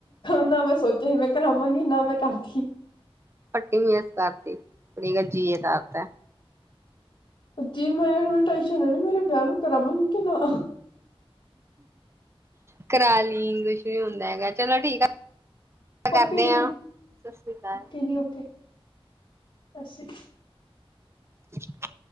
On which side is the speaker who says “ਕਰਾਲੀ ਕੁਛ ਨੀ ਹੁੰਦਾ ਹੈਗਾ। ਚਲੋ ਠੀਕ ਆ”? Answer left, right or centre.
Right